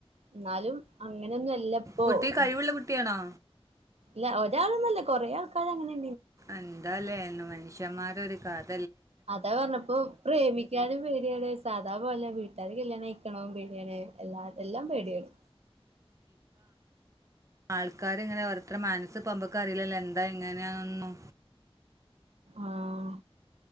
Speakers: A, on the right; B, on the right.
A: എന്നാലും അങ്ങനെയൊന്നും അല്ലപ്പോ
B: കുട്ടി കഴിവുള്ള
A: അങ്ങനെ
B: കുട്ടിയാണോ?
A: ഇല്ല ഒരാൾഒ ന്നല്ല കൊറെേ ആൾക്കാര അങ്ങനെ
B: എന്താലേന്ന് മനുഷ്യന്മാർ ഒരുകാര്യം
A: അതാ പറഞ്ഞപ്പോ പ്രേമിക്കാനും പേടിയാണ് സാദാ പോല വീട്ട ഇ അത് കല്യാണം കഴിക്കാൻ പേ ടി യാണ് എല്ലാ എല്ലാം പേടിയാണ്
B: ആൾക്കാാര് ഇങ്ങനെ ഓരോരുതരുടെ മനസ് പൊനമുക്ക് അറിയില്ലല്ലോ എന്താ ഇങ്ങനെയാണൊന്നു
A: ആഹ